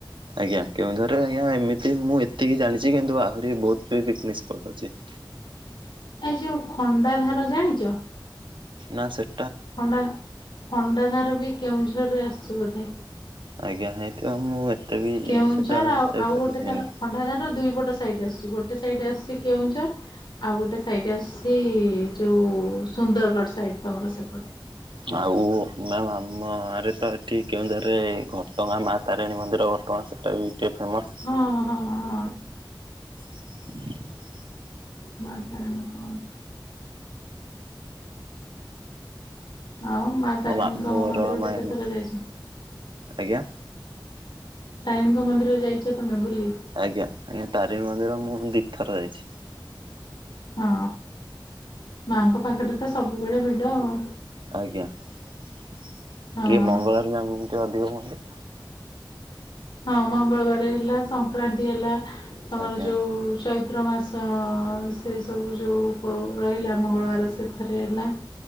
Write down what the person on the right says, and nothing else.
ଆଜ୍ଞା କେଉଁଝର ରେ ଆଜ୍ଞ ଏମିତି ମୁଁ ଏତିକି ଜାଣିଛି କିନ୍ତୁ ଆହୁରି ବହୁତିକ ପିକିନିକି। ସ୍ପଟ ଅଛି। <inaudible>
ନା ସେଠା।
ଆଜ୍ଞା ହେଇଥିବ ମୁଁ ଏତେ ବି
ସେଟା
ଜାଣିନି
ଆଉ ମ ଆମରେ ତ ଏଠି କେଉଁଝରେ ଘଟଗାଁ ମା ତାରିଣୀ ମନ୍ଦିର। କଣ ସେଟା ବି ଟିକେ ଫେମସ୍
<inaudible>
ମୋ ମାମୁଁ ଘର
ମା
ଆଜ୍ଞା।
ଆଜ୍ଞା
ଆଜ୍ଞା ଆଜ୍ଞା ତାରିଣୀ ମନ୍ଦିର ମୁଁ ମୁଁ ଦିଥର ଯାଇଛି।
ଆଜ୍ଞା ଟିକେ
ମଙ୍ଗଳବାରେ ବି ଆମ ଟିକେ ଅଧିକ ହୁଅନ୍ତି।
ଆଜ୍ଞା